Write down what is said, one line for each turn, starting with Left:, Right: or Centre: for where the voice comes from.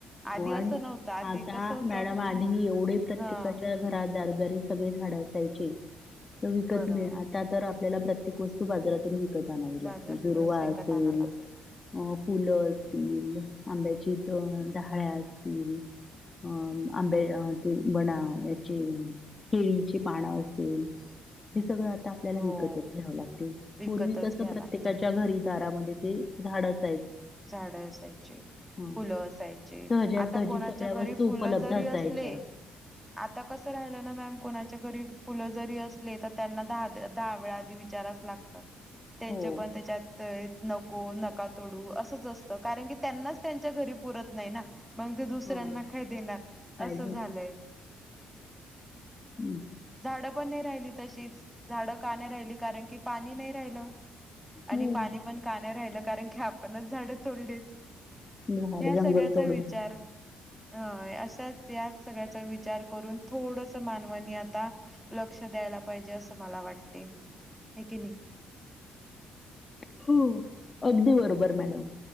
Centre: आधी
Left: हो
Centre: असं
Left: आणि
Centre: नव्हतं, आधी
Left: आता
Centre: कसं होतं
Left: मॅडम आधी एवढे प्रत्येकाच्या
Centre: हां,
Left: घरात दारदर सगळे झाड असायचे तार विकत
Centre: बरोबर.
Left: मिळे आता तर आपल्याला प्रत्येक वस्तू बाजारातून विकत आणावी लागते
Centre: बाजारातूनच
Left: दुर्वा
Centre: विकत
Left: असंल
Centre: आणावं लागतं.
Left: अ फुलं असतील. आंब्याची द डहाळ्या असतील. अं आंब्या ते बणा याची केळीची पानं असेल. ते सगळं. आपल्याला
Centre: हो.
Left: विकतच घ्याव लागतय
Centre: विकतच
Left: पूर्वी कस
Centre: घ्या
Left: प्रत्येकाच्या
Centre: लागते
Left: घरी दारामध्ये ते झाड अस.
Centre: झाड असायचे
Left: ह
Centre: फुलं असायची.
Left: सहजासहजी
Centre: आता कोणाच्या
Left: सगळ्या
Centre: घरी
Left: वस्तू
Centre: फुल
Left: उपलब्ध
Centre: जरी
Left: असायच्या
Centre: असले आता कस राहिले ना मॅम घरी फुलं जरी असले तर त्यांना द दहा वेळा आधी विचारावच लागतं. त्यांचे
Left: हो
Centre: पण त्याच्यात नको नका तोडू अस. च असतं कारण की त्यांनाच त्यांच्या घरी पुरत नाही ना. मंग ते दुसऱ्यांना
Left: हो
Centre: काय देणार
Left: काय
Centre: असं झालंय.
Left: हम्म.
Centre: झाडं नाही राहिली तशीच झाडं का नाही राहिली कारण की पाणी नाही राहिलं. आणि
Left: हो
Centre: पाणी पण का नाही राहिलं कारण की आपणच झाडें तोडलीत
Left: झाड
Centre: या सगळ्याचा
Left: जंगल तोडून
Centre: विचार ह अशाच याच सगळ्याचा विचार करून थोडंस मानवानी आता लक्ष. द्यायला पाहिजे असं मला वाटते हे किन्ही
Left: हो अगदी बरोबर मॅडम